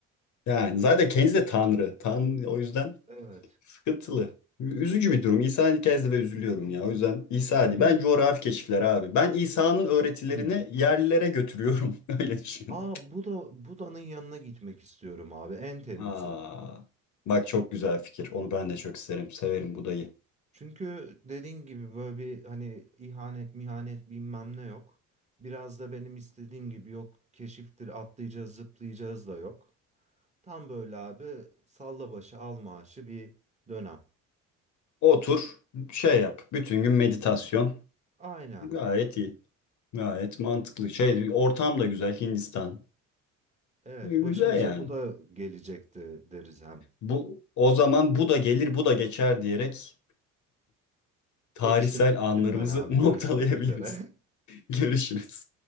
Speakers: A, on the left; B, on the right.
A: yani zaten kendisi de Tanrı Tanrı o yüzden
B: Evet.
A: sıkıntılı üzücü bir durum İsa'nın hikayesi ve üzülüyorum ya o yüzden İsa
B: Bir
A: değil
B: gün
A: ben coğrafi keşifler abi ben İsa'nın öğretilerini
B: hmm.
A: yerlilere götürüyorum <laughs> öyle düşün.
B: Aa Buda Buda'nın yanına gitmek istiyorum abi en temize.
A: Aa, bak çok güzel fikir. Onu ben de çok isterim. Severim budayı.
B: Çünkü dediğin gibi böyle bir hani ihanet mihanet bilmem ne yok. Biraz da benim istediğim gibi yok. Keşiftir atlayacağız zıplayacağız da yok. Tam böyle abi salla başı al maaşı bir dönem.
A: Otur, şey yap. Bütün gün meditasyon.
B: Aynen.
A: Gayet iyi. Gayet mantıklı. Şey, ortam da güzel. Hindistan.
B: Evet
A: Güzel
B: başımıza
A: yani.
B: bu da gelecekti deriz hem.
A: Bu o zaman bu da gelir, bu da geçer diyerek tarihsel
B: Geçtim
A: anlarımızı
B: gittim ben abi
A: <laughs>
B: görüşmek
A: noktalayabiliriz.
B: üzere. <laughs>
A: Görüşürüz.